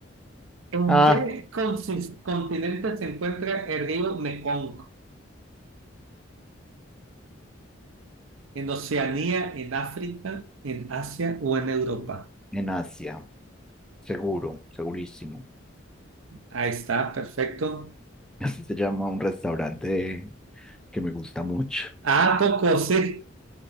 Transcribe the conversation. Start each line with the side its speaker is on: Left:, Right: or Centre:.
Right: ¿En
Centre: Ah,
Right: qué consis- continente se encuentra el río Mekong? ¿En Oceanía, en África, en Asia o en Europa?
Centre: en Asia. Seguro, segurísimo.
Right: Ahí está, perfecto.
Centre: <laughs> Así se llama un restaurante que me gusta mucho.
Right: Ah, poco, sí.